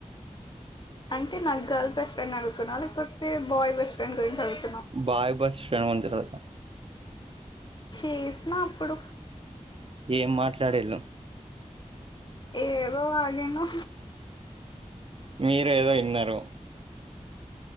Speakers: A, on the left; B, on the right.
A: అంటే నాకు గర్ల్ బెస్ట్ ఫ్రెండ్ అడుగుతున్నా లేకపోతే బాయ్ బెస్ట్ ఫ్రెండ్ గురించి అడుగు
B: బాయ్ బష్ట్ర ముందు రోజు
A: చేసిన అప్పుడు
B: ఏం మాట్లాడిళ్ళు
A: ఏమో అదేనో
B: మీరు ఏదో విన్నారు